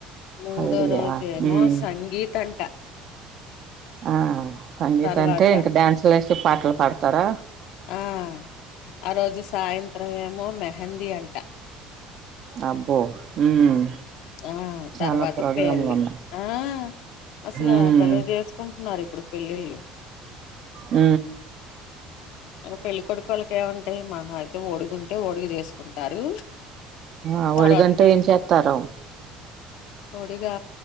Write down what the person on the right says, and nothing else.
హల్దియా
ఉమ్
ఆ సంగీత
అంటే ఇంకా డ్యాన్సులు ఏసి పాటలు పాడతారా
అబ్బో ఉమ్
చాలా ప్రోగ్రాంలు
ఉన్నాయి
ఉమ్
ఊ
ఆ
ఒడుగంటే ఏం చేస్తార